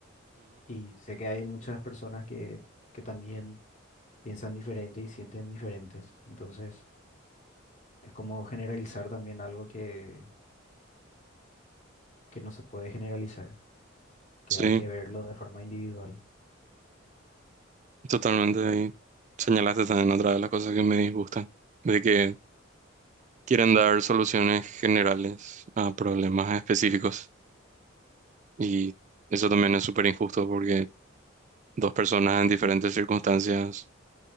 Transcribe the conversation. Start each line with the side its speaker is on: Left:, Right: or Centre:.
Left: Y sé que hay muchas personas que, que también piensan diferente y sienten diferentes, entonces es como generalizar también algo que, que no se puede generalizar, que
Right: Sí,
Left: hay que verlo de forma individual,
Right: totalmente. ahí señalaste también otra de las cosas que me disgustan, de que quieren dar soluciones generales a problemas específicos. Y eso también es súper injusto porque dos personas en diferentes circunstancias